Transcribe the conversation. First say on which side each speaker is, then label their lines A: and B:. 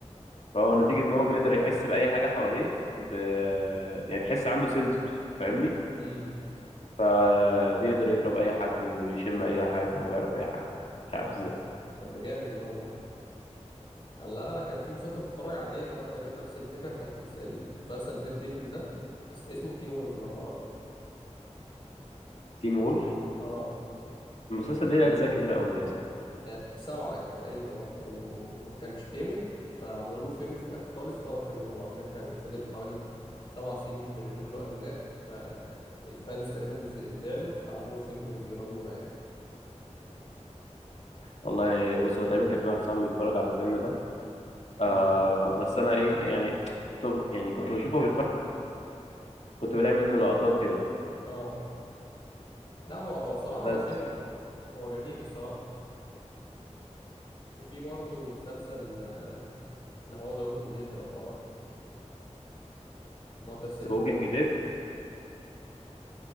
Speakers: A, on the left; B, on the left.
A: طب
B: فهو
A: ده
B: نتيجة
A: جامد
B: ان هو
A: ده
B: بيقدر يحس بأي حاجة حواليه ب... يعني تحس عنده سنسورز فاهمني
A: مم.
B: فبيقدر يضرب أي حد ويشم أي حاجة ويعرف أي حاجة مش عارف
A: أه
B: ازاي
A: طب ده جامد ده والله انا لا انا كان في مسلسل بتفرج عليه اللي هو تقريبا نفس الفكره بتاعت المس- المسلسل دير ديفل ده اس- اسمه تين وولف لو تعرفه
B: تين وولف
A: اه
B: المسلسل ده ليه أجزاء كتير أوي كده صح
A: كانت سبعة تقريبا اه وما كانش كامل فعملوا له فيلم في الاخر خالص اللي هو كملوه عشان كان فضل حوالي سبع سنين مش بينزلوا له اجزاء فالفانز تقريبا ز- زعلوا فعملوا فيلم بيرضونا يعني
B: والله بص أنا تقريبا كان في واحد صاحبي بيتفرج على الفيلم ده آه
A: مم.
B: بس أنا إيه يعني كنت يعني كنت بشوفه بيتفرج كنت بلاقي منه لقطات كده
A: اه لا هو هو صراحة هو
B: بس
A: حلو هو جميل الصراحة يعني وفي برضه مسلسل آه، ان هو ذا ووكينج ديد لو تعرفه موتى السائرون
B: ذا ووكينج ديد